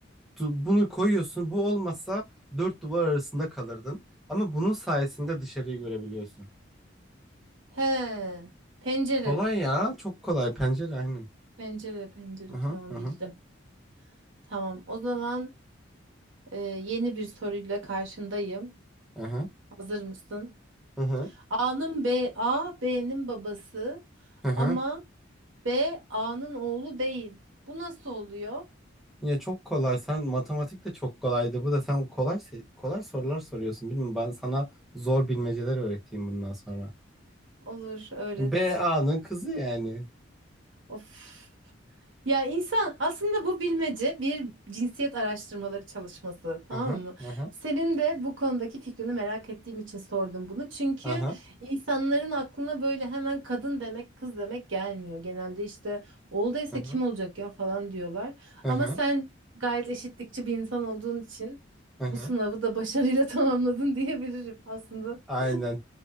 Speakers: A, in the centre; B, on the right.
A: du- bunu koyuyorsun bu olmasa dört duvar arasında kalırdın. Ama bunun sayesinde dışarıyı görebiliyorsun.
B: He. Pencere.
A: Kolay ya çok kolay pencere aynen.
B: Pencere, pencere.
A: Aha
B: Tamam
A: aha
B: bildim. Tamam. O zaman Ee, yeni bir soruyla karşındayım.
A: aha
B: Hazır mısın?
A: aha
B: A'nın B, A B'nin babası
A: aha.
B: ama B A'nın oğlu değil. Bu nasıl oluyor?
A: Ya çok kolay sen matematik de çok kolaydı. Bu da sen kolay se- kolay sorular soruyorsun. Bilmiyorum ben sana zor bilmeceler öğreteyim bundan sonra.
B: Olur, öğret.
A: BA'nın kızı yani.
B: Of. Ya insan aslında bu bilmece bir cinsiyet araştırmaları çalışması tamam
A: Aha
B: mı?
A: aha
B: Senin de bu konudaki fikrini merak ettiğim için sordum bunu. Çünkü
A: aha
B: insanların aklına böyle hemen kadın demek kız demek gelmiyor. Genelde işte olduysa
A: aha
B: kim olacak ya falan diyorlar.
A: aha
B: Ama sen gayet eşitlikçi bir insan olduğun için
A: aha.
B: bu sınavı
A: <laughs>
B: da başarıyla <laughs> tamamladın diyebilirim aslında.
A: Aynen